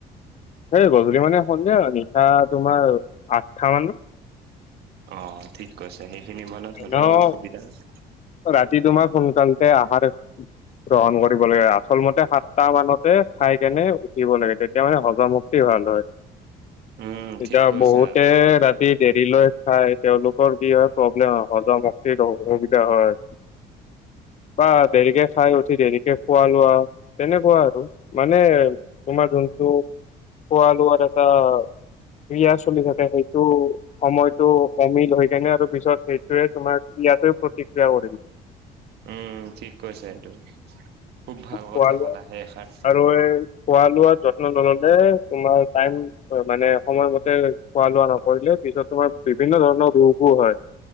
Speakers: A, on the left; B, on the right.
A: এই গধূলি মানে, সন্ধিয়া আৰু নিশা তোমাৰ আঠটা মানত।
B: অ', ঠিক কৈছে সেইখিনি মনত হ'লেও
A: ন
B: সুবিধা আছে।
A: ৰাতি তোমাৰ সোনকালতে আহাৰ গ্ৰহণ কৰিব লাগে আচল মতে, সাতটা মানতে খাই কেনে উঠিব লাগে তে তেতিয়া মানে হজম শক্তি ভাল হয়,
B: উম
A: এতিয়া
B: ঠিক কৈছা
A: বহুতে ৰা ৰাতি দেৰি লৈ খাই তেওঁলোকৰ কি হয়, প্ৰব্লেম হয় হজম শক্তিত অসুবি হয়', বা দেৰিকে খাই উঠি দেৰিকে খোৱা লোৱা তেনেকুৱা আৰু মানে, তোমাৰ যোনটো খোৱা-লোৱাৰ এটা ক্ৰিয়া চলি থাকে সেইটো সময়টো অমিল হৈ যায় না আৰু পিছত, সেইটোয়ে তোমাৰ ক্ৰিয়াতে প্ৰতিক্ৰিয়া কৰি
B: উম ঠিক কৈছে এইটো, খুব ভাল
A: খোৱা
B: কথা কলা সেষা
A: আৰু এই খোৱা লোৱা যত্ন নললে তোমাৰ টাইম হয় মানে সময়মতে খোৱা লোৱা নকৰিলে পিছত তোমাৰ বিভিন্ন ধৰণৰ ৰোগও হয়।